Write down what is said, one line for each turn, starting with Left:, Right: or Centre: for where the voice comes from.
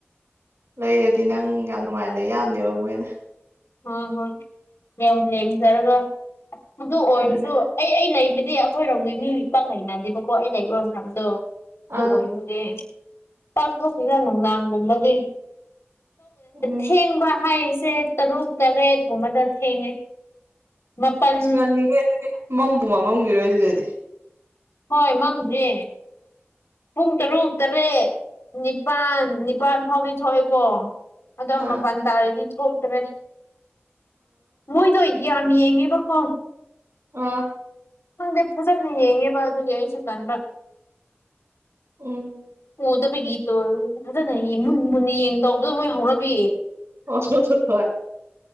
Right: ꯂꯩꯔꯗꯤ ꯅꯪ ꯌꯥꯝ ꯅꯨꯡꯉꯥꯏ ꯂꯩ ꯌꯥꯝꯅꯦꯕ ꯃꯣꯏꯅ
Left: ꯍꯣꯏ ꯍꯣꯏ ꯌꯥꯝ ꯂꯖꯔꯒ ꯃ ꯑꯣꯔꯁꯨ
Right: ꯑꯗꯨꯅꯦ
Left: ꯑꯩ ꯑꯩ ꯂꯩꯕꯗꯤ ꯑꯩꯈꯣꯏꯔꯣꯝꯒꯤ ꯃꯤ ꯄꯥ ꯂꯩꯅꯗꯦꯕꯀꯣ ꯑꯩ ꯂꯩꯔꯣ ꯃꯌꯥꯝꯗꯣ ꯑꯗꯨ
Right: ꯑꯥ
Left: ꯑꯣꯏꯕꯅꯦ ꯄꯥꯛꯊꯣꯛꯁꯤꯅ ꯅꯨꯡꯗꯥꯡꯒꯨꯝꯕꯗꯤ
Right: ꯎꯝ
Left: ꯊꯦꯡꯕ ꯍꯥꯏꯔꯤꯁꯦ ꯇꯔꯨꯛ ꯇꯔꯦꯠꯀꯨꯝꯕꯗ ꯊꯦꯡꯉꯦ ꯃꯥꯄꯜ
Right: ꯑꯁ ꯉꯜꯂꯤꯍꯦ ꯑꯗꯨꯗꯤ ꯃꯝꯕ ꯑꯃꯃꯝꯈꯤꯔꯣꯏ ꯑꯗꯨꯗꯗꯤ
Left: ꯍꯣꯏ ꯃꯪꯗ꯭ꯔꯦ ꯄꯨꯡ ꯇꯔꯨꯛ ꯇꯔꯦꯠ ꯅꯤꯄꯥꯜ ꯅꯤꯄꯥꯜ ꯐꯥꯎꯒꯤ ꯊꯣꯛꯑꯦꯀꯣ ꯑꯗꯣ
Right: ꯑꯥ
Left: ꯃꯄꯥꯜ ꯇꯥꯔꯗꯤ ꯊꯣꯛꯇ꯭ꯔꯦ ꯃꯣꯏꯗꯣ ꯑꯣꯏꯗꯤ ꯌꯥꯝ ꯌꯦꯡꯉꯦꯕꯀꯣ
Right: ꯑꯥ
Left: ꯈꯪꯗꯦ ꯐꯖꯅ ꯌꯦꯡꯉꯦꯕ ꯑꯗꯨꯒꯤ ꯑꯩꯁꯨ ꯀꯟꯕ
Right: ꯎꯝ
Left: ꯎꯗꯕꯒꯤꯇꯣ ꯐꯖꯅ ꯃꯨꯟ ꯃꯨꯟꯅ ꯌꯦꯡ ꯇꯧꯕꯗꯣ ꯃꯣꯏ ꯍꯧꯅꯕꯤꯌꯦ
Right: ꯑꯣ ꯍꯣ ꯍꯣꯏ <inaudible>